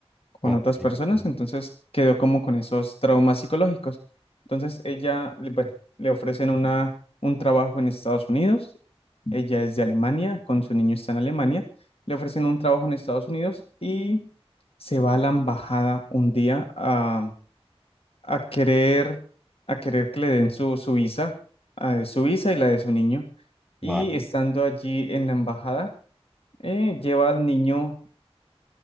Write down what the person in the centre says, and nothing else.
ok,
ujú,
Vale.